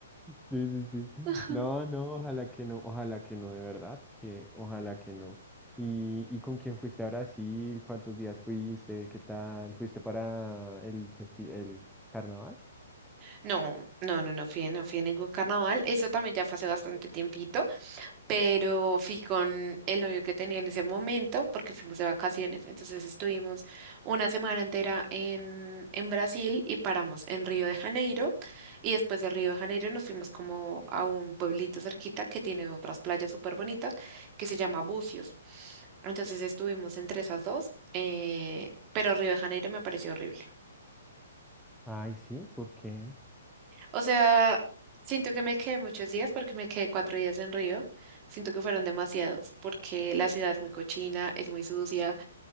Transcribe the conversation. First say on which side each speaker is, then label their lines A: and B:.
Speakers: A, in the centre; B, on the right.
A: Sí, sí, sí.
B: <laughs>
A: No, no, ojalá que no, ojalá que no, de verdad, que ojalá que no. ¿Y, y con quién fuiste a Brasil? ¿Cuántos días fuiste? ¿Qué tal? ¿Fuiste para el festi- el carnaval?
B: No, no, no, no fui, no fui a ningún carnaval. Eso también ya fue hace bastante tiempito, pero fui con el novio que tenía en ese momento porque fuimos de vacaciones. Entonces estuvimos una semana entera en, en Brasil y paramos en Río de Janeiro. Y después de Río de Janeiro nos fuimos como a un pueblito cerquita que tiene otras playas súper bonitas que se llama Búzios. Entonces estuvimos entre esas dos, eh, pero Río de Janeiro me pareció horrible.
A: Ay, sí, ¿por qué?
B: O sea, siento que me quedé muchos días porque me quedé cuatro días en Río. Siento que fueron demasiados porque la ciudad es muy cochina, es muy sucia.